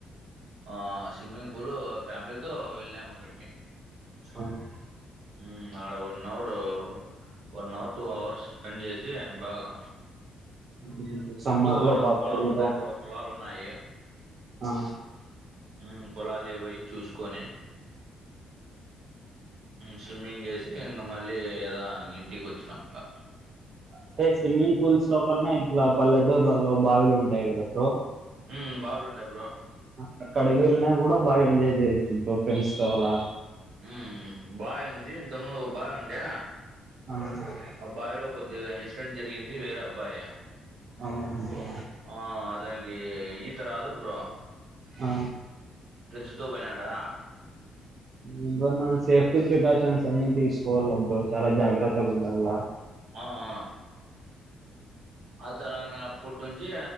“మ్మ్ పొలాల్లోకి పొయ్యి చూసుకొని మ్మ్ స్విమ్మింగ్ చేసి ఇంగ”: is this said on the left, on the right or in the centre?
Right